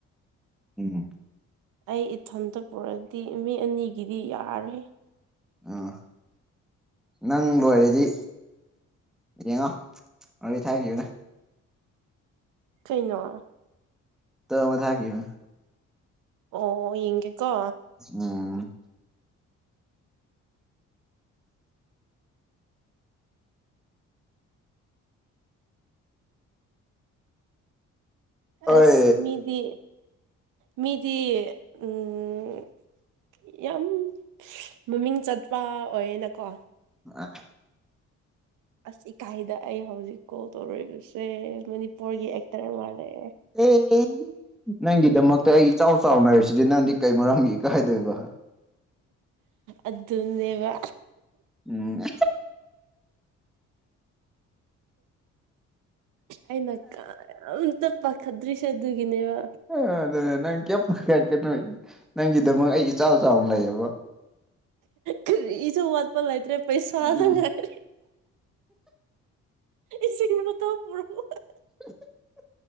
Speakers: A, in the centre; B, on the right (about 85°).
A: ꯎꯝ
B: ꯑꯩ ꯏꯊꯟꯇ ꯄꯨꯔꯛꯗꯤ ꯃꯤ ꯑꯅꯤꯒꯤꯗꯤ ꯌꯥꯔꯦ
A: ꯎꯥ ꯅꯪ ꯂꯣꯏꯔꯗꯤ ꯌꯦꯡꯉꯣ ꯋꯥꯔꯤ ꯊꯥꯏꯈꯤꯕꯅꯦ
B: ꯀꯩꯅꯣ
A: ꯐꫭꯇꫭ ꯑꯃ ꯊꯈꯤꯕ
B: ꯑꯣ ꯌꯦꯉꯦꯀꯣ
A: ꯎꯝ ꯑꯣꯏ
B: ꯑꯁ ꯃꯤꯗꯤ ꯃꯤꯗꯤ ꯎꯝ ꯌꯥꯝ ꯃꯃꯤꯡ ꯆꯠꯄ ꯑꯣꯏꯌꯦꯅꯀꯣ
A: ꯑ
B: ꯑꯁ ꯏꯀꯥꯏꯗ ꯑꯩ ꯍꯧꯖꯤꯛ ꯀꯣꯜ ꯇꯧꯔꯛꯔꯤꯕꯁꯦ ꯃꯅꯤꯄꯨꯔꯒꯤ ꯑꯦꯛꯇꯔ ꯃꯥꯜꯂꯑꯦ
A: ꯑꯦ ꯅꯪꯒꯤꯗꯃꯛꯇ ꯑꯩ ꯏꯆꯥꯎ ꯆꯥꯎꯅ ꯂꯩꯔꯤꯁꯤꯗꯤ ꯅꯪꯗꯤ ꯀꯩ ꯃꯔꯝꯒꯤ ꯏꯀꯥꯏꯗꯣꯏꯕ
B: ꯑꯗꯨꯅꯦꯕ
A: ꯎꯝ
B: ꯑꯩꯅꯀ ꯑꯝꯇ ꯄꯥꯈꯗ꯭ꯔꯤꯁꯦ ꯑꯗꯨꯒꯤꯅꯦꯕ
A: ꯑ ꯑꯗꯨꯅ ꯅꯪ ꯀꯩ ꯄꯈꯠꯀꯅꯣ ꯅꯪꯒꯤꯗꯃꯛ ꯑꯩ ꯏꯆꯥꯎ ꯆꯥꯎꯅ ꯂꯩꯌꯦꯕ
B: ꯀꯔꯤꯁꯨ ꯋꯥꯠꯄ ꯂꯩꯇ꯭ꯔꯦ ꯄꯩꯁꯥ
A: ꯎꯝ
B: ꯗꯪ ꯉꯥꯏꯔꯦ ꯏꯁ ꯆ ꯄꯨꯔ <unintelligible>
A: <inaudible>